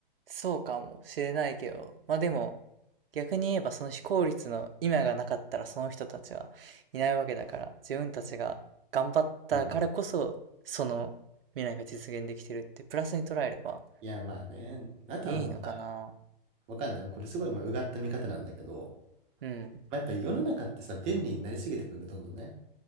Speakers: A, on the right (about 75°); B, on the right (about 20°).
A: そうかもしれないけど、まあでも、逆に言えばその非効率の今がなかったらその人たちはいないわけだから、自分たちが頑張ったからこそ、
B: うん。
A: その未来が実現できてるって、プラスに捉えれば
B: いやまあね、あとはもうさ、
A: いいのかな。
B: わかんない。これすごいまあうがった見方なんだけど、
A: うん、
B: まあやっぱ世の中ってさ、便利になりすぎてくんだ、どんどんね。